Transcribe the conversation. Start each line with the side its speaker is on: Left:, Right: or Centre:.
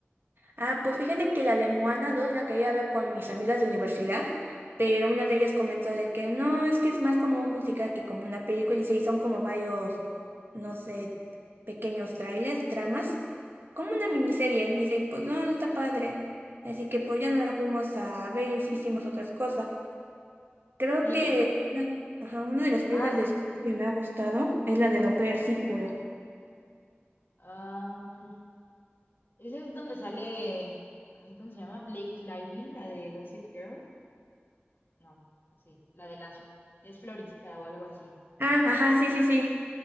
Right: Ah, pues fíjate que la de Moana dos la quería ver con mis amigas de universidad, pero una de ellas comentó de que no, es que es más como un musical que como una película y se son como varios, no sé, pequeños trailers, tramas, como una miniserie. Dice, y pues no, no está padre. Así que pues ya no la fuimos a ver y hicimos otras cosas. Creo
Left: Sí,
Right: que
Left: me...
Right: ah, ajá, una de las películas
Left: Ah,
Right: de- que me ha gustado es la de Don Círculo.
Left: ah, Ese es donde sale, ay, ¿cómo se llama? Blake Lively, la de Gossip Girl. No, así, la de las que es florista o algo así.
Right: Ah, ajá, sí, sí, sí.